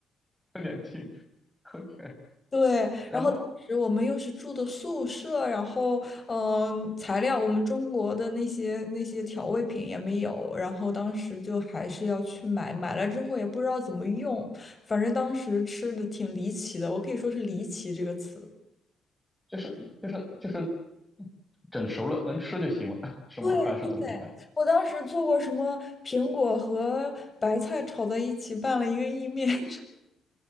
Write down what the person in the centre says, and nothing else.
两天 <laughs> OK？
然后
就是就是就是整熟了能吃就行了，是吗？
还是怎么样？